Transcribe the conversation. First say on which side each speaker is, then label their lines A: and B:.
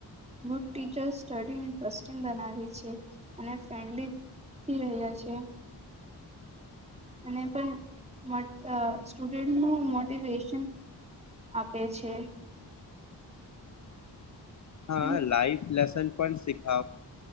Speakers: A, on the right (about 15°); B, on the left (about 45°).
A: ગુડ ટીચર સ્ટડી ઇન્ટસ્ટિંગ બનાવી છે અને ફન્ડલી રહ્યા છે અને પણ અ સ્ટુડન્ટ ન મો તે વેશન આપે છે
B: હા
A: હમ્મ
B: લાઈફ લસન પણીખ